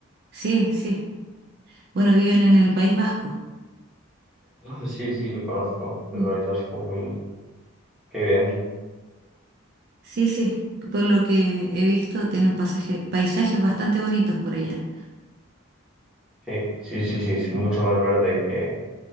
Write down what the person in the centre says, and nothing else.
Ah, sí, sí, lo conozco. El
País Vasco, muy... Qué bien.
Sí, sí, sí, sí, es mucho más verde que,